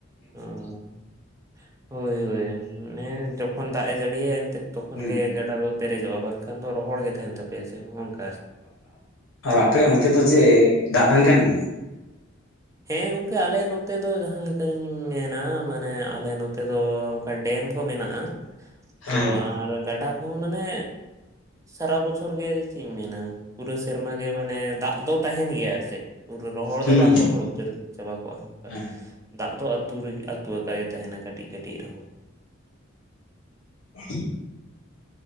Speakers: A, on the right; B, on the left.
A: ᱚ ᱦᱳᱭ ᱦᱳᱭ ᱢᱟᱱᱮ ᱡᱚᱠᱷᱚᱱ ᱫᱟᱜ ᱮ ᱡᱟᱹᱲᱤᱭᱟᱭ ᱮᱱᱛᱮᱫ᱾ ᱛᱚᱠᱷᱚᱱ
B: ᱦᱩᱸ
A: ᱜᱮ ᱜᱟᱰᱟ ᱫᱚ ᱯᱮᱨᱮᱡᱚᱜᱼᱟ, ᱵᱟᱝᱠᱷᱟᱱ ᱫᱚ ᱨᱚᱦᱚᱲ ᱜᱮ ᱛᱟᱦᱮᱱ ᱛᱟᱯᱮᱭᱟ ᱥᱮ ᱦᱚᱱᱠᱟ᱾
B: ᱟᱨ ᱟᱯᱮᱭᱟᱜ ᱚᱱᱛᱮ ᱫᱚ ᱪᱮᱫ ᱫᱟᱜ ᱛᱟᱦᱮᱱ ᱠᱟᱱ ᱜᱮᱭᱟ?
A: ᱦᱮᱸ ᱜᱚᱝᱠᱮ ᱟᱞᱮ ᱱᱚᱛᱮ ᱫᱚ ᱡᱟᱦᱟᱸ ᱞᱮᱠᱟᱧ ᱢᱮᱱᱟ, ᱢᱟᱱᱮ ᱟᱞᱮ ᱱᱚᱛᱮ ᱫᱚ ᱚᱱᱠᱟ ᱰᱮᱢ ᱠᱚ ᱢᱮᱱᱟᱜᱼᱟ
B: ᱦᱮᱸ
A: ᱾ᱛᱚ ᱟᱨ ᱜᱟᱰᱟ ᱠᱚᱦᱚᱸ ᱢᱟᱱᱮ ᱥᱟᱨᱟ ᱵᱚᱪᱷᱚᱨ ᱜᱮ ᱪᱮᱫ ᱤᱧ ᱢᱮᱱᱟ, ᱯᱩᱨᱟᱹ ᱥᱮᱨᱢᱟ ᱜᱮ ᱢᱟᱱᱮ ᱫᱟᱜ ᱫᱚ ᱛᱟᱦᱮᱱ ᱜᱮᱭᱟ ᱟᱨ ᱪᱮᱫ᱾ ᱯᱩᱨᱟᱹ ᱨᱚᱦᱚᱲ
B: ᱦᱩᱸ
A: ᱫᱚ ᱵᱟᱝ ᱨᱚᱦᱚᱲᱚᱜᱼᱟ᱾ ᱩᱛᱟᱹᱨ ᱪᱟᱵᱟ ᱠᱚᱜᱼᱟ ᱚᱱᱠᱟ
B: ᱦᱮᱸ
A: ᱫᱟᱜ ᱫᱚ ᱟᱹᱛᱩ ᱨᱮᱜᱮ ᱟᱹᱛᱩ ᱟᱠᱟ ᱜᱮ ᱛᱟᱦᱮᱱᱟ ᱠᱟᱹᱴᱤᱡ ᱠᱟᱹᱴᱤᱡ ᱨᱮᱦᱚᱸ᱾
B: <inaudible>